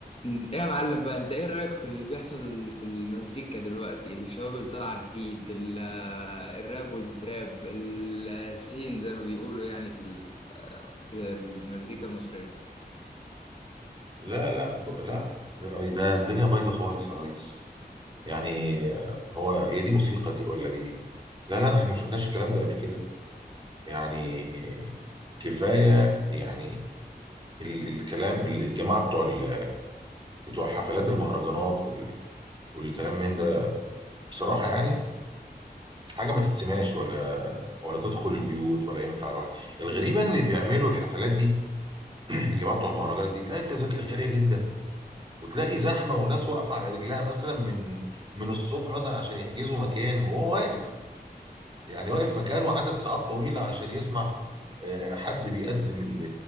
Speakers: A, on the left; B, on the right.
A: ايه يا معلم بقى انت ايه رأيك في اللي بيحصل في المزيكا دلوقتي الشباب اللي طالعه جديد ال- الراب والتراب السين زي ما بيقولوا يعني في ال- في المزيكا المصرية
B: لا لا ب... لا ده الدنيا بايظه خالص يا ريس يعني هو هي دي موسيقى دي ولا دي لا لا احنا ما شفناش الكلام ده قبل كده يعني كفايه يعني ال... الكلام ال- الجماعه بتوع ال... بتوع حفلات المهرجانات وال... والكلام من ده بصراحه يعني حاجه ما تتسمعش ولا ولا تدخل البيوت ولا ينفع الواحد الغريبه ان بيعملوا الحفلات دي <clears throat> الجماعه بتوع المهرجانات دي تلاقي التذاكر غاليه جدا وتلاقي زحمه والناس واقفه على رجلها مثلا من من الصبح مثلا عشان يحجزوا مكان وهو واقف يعني واقف مكانه عدد ساعات طويله عشان يسمع آه، حد بيقدم ال-